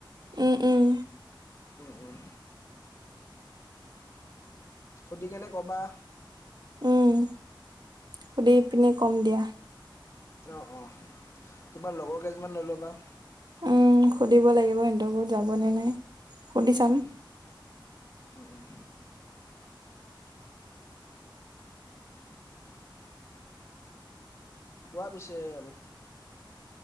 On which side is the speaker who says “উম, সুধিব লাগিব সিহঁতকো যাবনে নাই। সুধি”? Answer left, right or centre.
Right